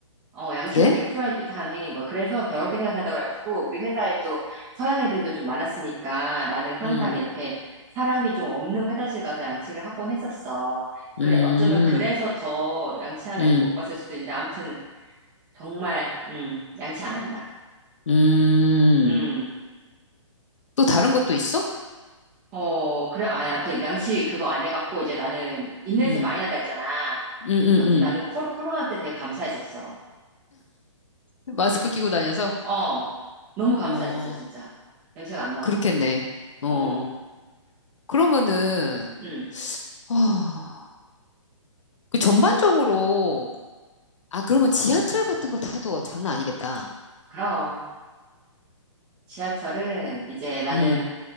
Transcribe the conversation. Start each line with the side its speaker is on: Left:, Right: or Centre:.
Right: 어, 양치는
Left: 그래?
Right: 되게 프라이빗한 행위인 거야. 그래서 더럽게 생각한다고 그래가지고 우리 회사에 또 서양 애들도 좀 많았으니까 나는 항상
Left: 음,
Right: 이렇게 사람이 좀 없는 화장실 가서 양치를 하곤 했었어. 그래,
Left: 음,
Right: 어쩌면 그래서 더 양치하는
Left: 음.
Right: 애들 못 봤을 수도 있는데 아무튼 정말, 음, 양치 안 한다.
Left: 음,
Right: 음.
Left: 또 다른 것도 있어?
Right: 어, 그래, 아, 아무튼 양치 그거 안 해갖고 이제 나는 입냄새
Left: 음,
Right: 많이 난다 했잖아.
Left: 음, 음,
Right: 그래서 그- 나는 코로, 코로나 때 되게 감사했었어.
Left: 음. 마스크 끼고 다녀서?
Right: 어, 너무 감사했었어,
Left: 어,
Right: 진짜. 냄새가 안 나갖고.
Left: 그렇겠네. 어,
Right: 어,
Left: 그러면은,
Right: 음
Left: 어, 그 전반적으로, 아, 그러면 지하철 같은 거 타도 장난 아니겠다.
Right: 그럼 지하철은 이제 나는,
Left: 음,